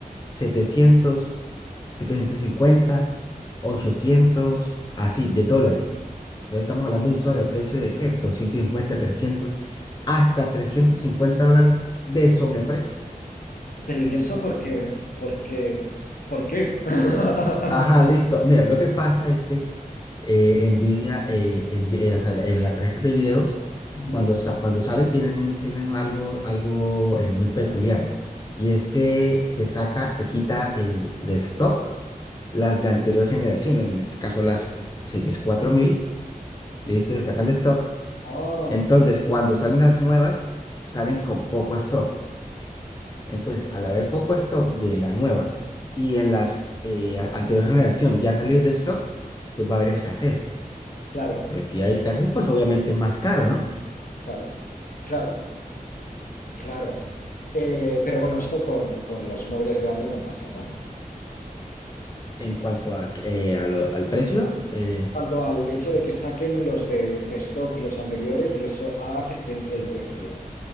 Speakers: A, on the left; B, on the left.
A: 700 750, 800, así, de dólares. Entonces estamos hablando de un sobreprecio de ¿qué? doscientos cincuenta, 300, hasta 350 dólares de sobreprecio.
B: Pero ¿y eso por qué? ¿Por qué? ¿Por qué? <laughs>
A: Ajá, listo. Mira, lo que pasa es que eh, Nvidia, eh, envi- eh, o sea, en la tarjeta de videos,
B: Ujú.
A: cuando, sa- cuando salen tienen, un- tienen algo, algo eh, muy peculiar. Y es que se saca, se quita eh, de stock las de anterior generación, en este caso las cu- series cuatro mil Listo, se sacan de stock.
B: Oh,
A: Entonces, cuando salen las nuevas, salen con poco stock. Entonces, al haber poco stock de la nueva y en las eh, a- anterior generación ya salir de stock, pues va a haber escasez.
B: claro,
A: Entonces, si hay escasez, pues obviamente es más caro, ¿no?
B: claro, claro, claro. Eh, pero bueno, esto con, con los móviles de Apple no pasa, ¿no?
A: En cuanto a, eh, a lo- al precio. eh,
B: cuanto al hecho de que saquen los de, de stock, los anteriores, y eso haga que se infle el precio.